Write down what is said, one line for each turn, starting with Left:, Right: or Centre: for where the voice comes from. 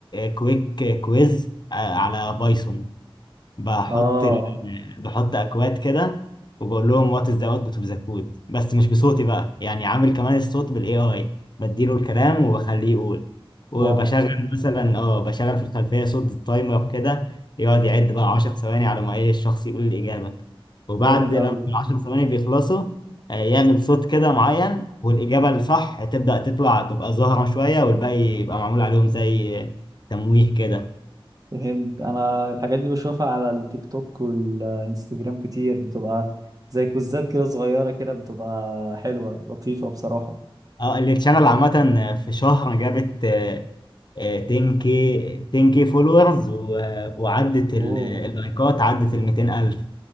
Left: كويك كويز على بايثون بحط
Right: آه
Left: ال... بحط اكواد كده وبقول لهم وات از ذا اوتبوت اوف ذا كود بس مش بصوتي بقى يعني عامل كمان الصوت بالاي اي بديله الكلام وبخليه يقول وبشغل
Right: واو
Left: مثلا اه بشغل في الخلفيه صوت التايمر كده يقعد يعد بقى 10 ثواني على ما ايه الشخص يقول الاجابه وبعد
Right: جامد أوي
Left: لما ال 10 ثواني بيخلصوا آه، يعمل صوت كده معين والاجابه الصح تبدا تطلع تبقى ظاهره شويه والباقي يبقى معمول عليهم زي تمويه كده
Right: فهمت أنا الحاجات دي بشوفها على التيك توك والإنستجرام كتير بتبقى زي كوزات كده صغيرة كده بتبقى حلوة لطيفة بصراحة
Left: اه التشانل عامة في شهر جابت آه، آه، 10K 10K فولورز وعدت ال-
Right: أوه
Left: اللايكات عدت ال 200000